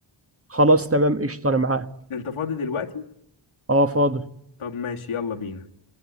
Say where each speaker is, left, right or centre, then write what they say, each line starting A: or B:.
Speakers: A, on the right; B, on the left.
A: خلاص تمام قشطة أنا معاه
B: انت فاضي دلوقتي
A: أه فاضي
B: طب ماشي يلا بينا